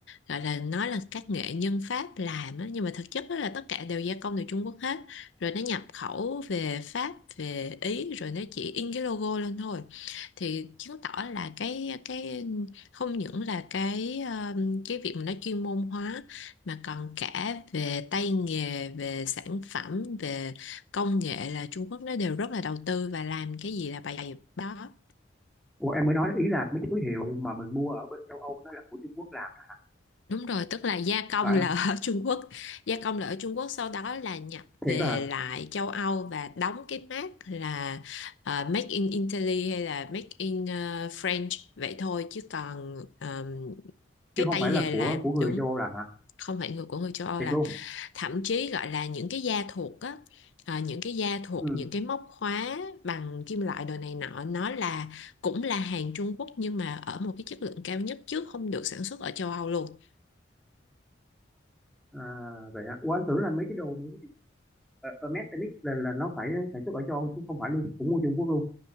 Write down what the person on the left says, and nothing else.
gọi là nói là các nghệ nhân Pháp làm á nhưng mà thực chất đó là tất cả đều gia công từ Trung Quốc hết rồi nó nhập khẩu về Pháp về Ý rồi nó chỉ in cái logo lên thôi thì chứng tỏ là cái cái không những là cái um, cái việc mà nó chuyên môn hóa mà còn cả về tay nghề về sản phẩm về công nghệ là Trung Quốc nó đều rất là đầu tư và làm cái gì là bài đó
Đúng rồi, tức là gia công
là
ở <laughs> Trung Quốc, gia công là ở Trung Quốc, sau đó là nhập
về
lại châu Âu và đóng cái mác là ờ, Make in Italy hay là Make in ờ, French vậy thôi chứ còn ờm, cái
tay
nghề
làm
đúng
không phải người của người châu Âu
làm
thậm chí gọi là những cái da thuộc á ờ, những cái da thuộc
những cái móc khóa bằng kim loại đồ này nọ nó là cũng là hàng Trung Quốc nhưng mà ở một cái chất lượng cao nhất chứ không được sản xuất ở châu Âu luôn